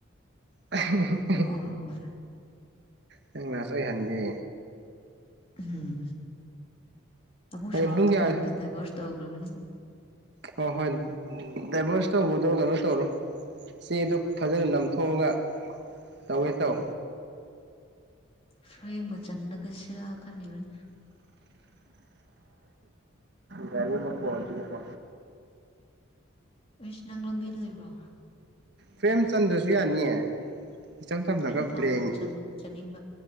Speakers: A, on the right; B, on the left.
A: <unintelligible>
B: ꯑꯣ ꯍꯣ ꯍꯣꯏ
A: ꯅꯪ ꯂꯥꯁ ꯑꯣꯏꯍꯟꯒꯦ
B: ꯎꯝ ꯑꯃꯨꯛ
A: ꯍꯌꯦꯡ
B: ꯁꯔꯛꯇꯧ
A: ꯄꯨꯡ ꯀꯌꯥ
B: ꯃꯥꯟꯕ ꯗꯥꯏꯕꯚꯣꯔꯁ ꯇꯧꯈ꯭ꯔꯕꯅꯤ
A: ꯍꯣꯏ ꯍꯣꯏ ꯗꯥꯏꯚꯣꯔꯁ ꯇꯧꯕꯗꯣ ꯀꯩꯅꯣ ꯇꯧꯔꯣ ꯆꯦꯗꯣ ꯐꯖꯅ ꯅꯥꯝꯊꯣꯛꯑꯒ ꯇꯧꯋꯦ ꯇꯧ
B: ꯐ꯭ꯔꯦꯝꯒ ꯆꯟꯗꯒꯁꯤꯔ ꯈꯜꯂꯤꯕꯅꯦ
A: ꯒꯥꯔꯤ ꯃꯈꯣꯟꯜꯁꯤꯅꯦꯀꯣ
B: ꯏꯁ ꯅꯪ ꯂꯝꯕꯤꯗ ꯂꯩꯕ꯭ꯔꯣ
A: ꯐ꯭ꯔꯦꯝꯆꯟꯗ꯭ꯔꯁꯨ ꯌꯥꯅꯤꯌꯦ ꯏꯆꯝ ꯆꯝꯅꯒ
B: ꯑꯩꯁꯦ ꯄꯥꯝꯕ
A: ꯕ꯭ꯂꯦꯡ
B: ꯆꯥꯅꯤꯡꯕ